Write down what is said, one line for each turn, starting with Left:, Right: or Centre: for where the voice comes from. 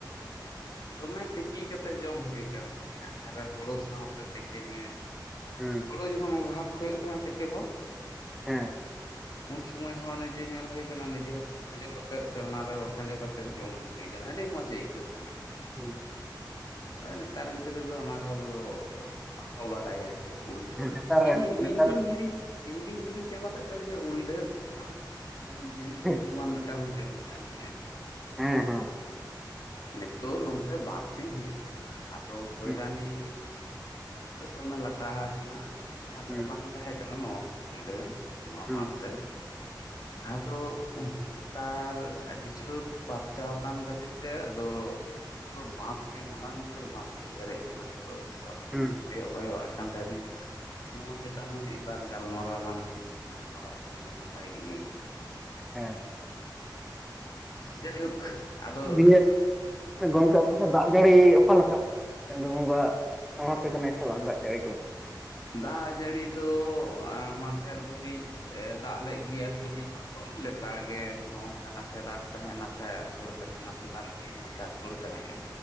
Left: ᱫᱚᱢᱮ ᱛᱤᱠᱤ ᱠᱟᱛᱮᱫ ᱡᱚᱢ ᱦᱩᱭ ᱠᱟᱱ ᱛᱟᱦᱮᱸ ᱟᱠᱟᱨᱮ ᱦᱩᱲᱩ ᱥᱟᱶᱛᱮ ᱛᱤᱠᱤ ᱢᱮ᱾
Centre: ᱦᱮᱸ
Left: ᱦᱳᱲᱳ ᱡᱚᱠᱷᱚᱱ ᱚᱵᱷᱟᱵᱽ ᱦᱩᱭᱩᱜ ᱛᱟᱦᱮᱸᱫ ᱛᱮᱠᱮ ᱵᱷᱟᱵᱽ
Centre: ᱦᱮᱸ
Left: ᱩᱱ ᱥᱩᱢᱚᱭ ᱦᱚᱸ ᱱᱤᱡᱮ ᱧᱮᱞ ᱦᱩᱭ ᱟᱠᱟᱱᱟ ᱱᱤᱡᱮ ᱦᱚᱸ᱾ ᱠᱷᱟᱸᱡᱚ ᱠᱟᱛᱮᱜ ᱥᱮ ᱚᱱᱟᱨᱮ ᱠᱷᱟᱸᱡᱚ ᱠᱟᱛᱮ ᱡᱚᱢ ᱦᱩᱭ ᱟᱠᱟᱱᱟ ᱟᱹᱰᱤ ᱢᱚᱸᱡᱽ ᱟᱹᱭᱠᱟᱹᱜ ᱛᱟᱦᱮᱸᱫ᱾
Centre: ᱦᱮᱸ
Left: ᱟᱫᱚ ᱱᱮᱛᱟᱨ ᱜᱤᱫᱽᱨᱟᱹ ᱫᱚ ᱚᱱᱟ ᱠᱚᱫᱚ ᱵᱟᱠᱚ ᱵᱟᱰᱟᱭᱟ ᱪᱮᱫ᱾ ᱩᱞᱰᱷᱟᱹᱜ
Centre: ᱱᱮᱛᱟᱨ
Left: ᱤᱧ
Centre: ᱱᱮᱛᱟᱨ
Left: ᱤᱧᱜᱤᱧ ᱦᱤᱲᱤᱧ ᱤᱧ ᱜᱤᱧ ᱦᱤᱲᱤᱧ ᱪᱟᱵᱟ ᱞᱮᱫ ᱛᱟᱦᱮᱸ ᱡᱮ ᱩᱞᱰᱷᱟᱹᱜ ᱵ ᱡᱤᱱᱤᱥ
Centre: ᱦᱮᱸ
Left: ᱧᱩᱛᱩᱢᱟᱱ ᱢᱤᱫᱴᱟᱝ ᱵᱚᱱ ᱡᱚᱢ ᱛᱟᱦᱮᱸ ᱮᱱᱛᱮ᱾
Centre: ᱦᱮᱸ ᱦᱮᱸ
Left: ᱱᱤᱛᱳᱜ ᱱᱚᱱᱛᱮ ᱵᱟᱸᱫ ᱥᱤᱧ ᱦᱮᱡ ᱟᱠᱟᱱᱟ ᱟᱫᱚ ᱯᱚᱭᱨᱟᱱᱤ
Centre: ᱦᱩᱸ
Left: ᱛᱚ ᱫᱚᱢᱮ ᱞᱟᱴᱟ ᱟᱠᱟᱱᱟ ᱞᱟᱦᱟ
Centre: ᱦᱩᱸ
Left: ᱛᱮᱫᱚ ᱵᱟᱝ ᱛᱟᱦᱮᱸ ᱠᱟᱱᱟ ᱱᱚᱣᱟ ᱯᱩᱠᱷᱨᱤ ᱨᱮ᱾ ᱥᱮ ᱱᱚᱣᱟ
Centre: ᱦᱩᱸ
Left: ᱵᱟᱸᱫᱽ ᱨᱮ᱾ ᱟᱫᱚ ᱱᱮᱛᱟᱨ ᱟᱹᱰᱤ ᱡᱳᱨ ᱯᱟᱨᱪᱟᱣ ᱟᱠᱟᱱ ᱠᱷᱟᱹᱛᱤᱨ ᱛᱮ ᱟᱫᱚ ᱯᱩᱨᱟᱹ ᱵᱟᱸᱫᱽ ᱜᱮ ᱢᱟᱨᱟᱝ ᱩᱛᱟᱹᱨ ᱵᱟᱸᱫᱽᱜᱮ ᱯᱮᱨᱮᱡ ᱟᱠᱟᱱᱟ ᱛᱚᱨᱚ ᱛᱚᱯᱚ ᱾
Centre: ᱦᱩᱸ
Left: ᱚᱱᱟᱧ ᱠᱚᱭᱚᱜ ᱠᱚᱭᱚᱜ ᱟᱜ ᱠᱟᱱ ᱛᱟᱦᱮᱸ ᱟᱫᱩᱧ ᱞᱟᱹᱭᱫᱟ ᱱᱚᱣᱟ ᱪᱮᱛᱟᱱ ᱦᱚᱸ ᱢᱤᱫᱵᱟᱨ ᱜᱟᱞᱢᱟᱨᱟᱣ ᱞᱟᱝ ᱜᱟᱞᱢᱟᱨᱟᱜ ᱠᱷᱟᱱ ᱫᱚ ᱱᱟᱯᱟᱭ ᱜᱤᱧ ᱟᱹᱭᱠᱟᱹᱣ-ᱟ᱾
Centre: ᱦᱮᱸ
Left: ᱡᱟᱭᱦᱳᱠ ᱟᱫᱚ
Centre: ᱵ <unintelligible> ᱜᱚᱝᱠᱮ ᱫᱟᱜ ᱡᱟᱹᱲᱤ ᱚᱠᱟ ᱞᱮᱠᱟ ᱪᱟᱸᱫ ᱵᱚᱸᱜᱟ ᱥᱟᱶᱛᱮ ᱛᱮᱜᱮ ᱱᱮᱥ ᱦᱚᱸᱵᱟᱝ ᱫᱟᱜ ᱡᱟᱹᱲᱤ ᱠᱚ᱾
Left: ᱫᱟᱜ ᱡᱟᱹᱲᱤ ᱫᱚ ᱢᱟᱫᱷᱮᱨ ᱫᱷᱟᱹᱵᱤᱡ ᱫᱟᱜ ᱞᱮᱫ ᱜᱮᱟᱭ ᱦᱩᱞ ᱢᱟᱦᱟ ᱠᱷᱚᱱ ᱞᱮᱛᱟᱲ ᱜᱮ ᱱᱚᱜᱼᱱᱚᱝᱠᱟᱱᱟᱜ ᱥᱮ ᱫᱟᱜ ᱛᱟᱦᱮᱸᱱᱟ ᱥᱮ ᱟᱥᱳᱲ ᱛᱟᱦᱮᱸᱱᱟ ᱥᱮ ᱫᱟᱜ ᱛᱟᱦᱮᱸᱱᱟ ᱥᱮ ᱟᱥᱳᱲ ᱛᱟᱦᱮᱸᱜᱼᱮ